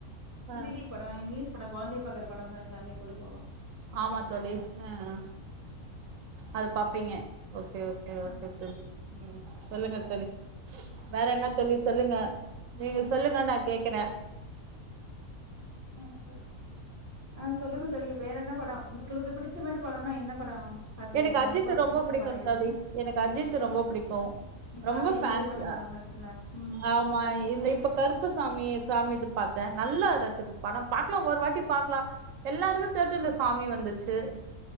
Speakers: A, on the right; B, on the left.
A: ஆ
B: த்ரீ டி படம் இங்கிலீஷ் <unintelligible>
A: ஆமா தோழி ஹ் அது பாப்பீங்க ஓகே ஓகே ஓகே
B: அ
A: உம் சொல்லுங்க தோழி வேற என்ன சொல்லி சொல்லுங்க நீங்க சொல்லுங்க நான் கேக்குறேன்
B: ஆஹ ஆஹ் சொல்லுங்க தோழி வேற என்ன படம் உங்களுக்கு பிடிச்ச மாதிரி படம் என்ன படம் பாத்து
A: எனக்கு
B: உங்களுக்கு
A: அஜித் ரொம்ப
B: பிடிச்ச
A: பிடிக்கும்
B: படம் எதுங்க?
A: தழி எனக்கு அஜித் ரொம்ப பிடிக்கும்
B: நீ
A: ரொம்ப
B: பாத்து என்ஜாய்
A: ன்ஸ்
B: பண்ண படம் இருக்கும்ல? ம்.
A: ஆமா இந்த இப்ப கருப்பசாமிய சாமி இது பார்த்தேன் நல்லா இருக்குது பணம் பாக்கலாம் ஒரு வாட்டி பாக்கலாம் எல்லாருக்கும் தேட்ட இல்ல சாமி வந்துச்சு ட்சு